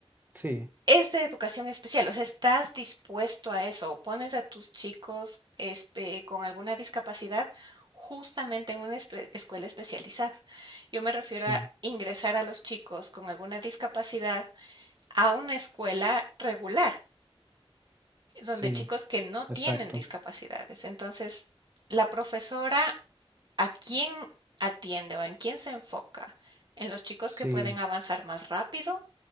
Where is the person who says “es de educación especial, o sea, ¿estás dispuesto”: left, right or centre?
Right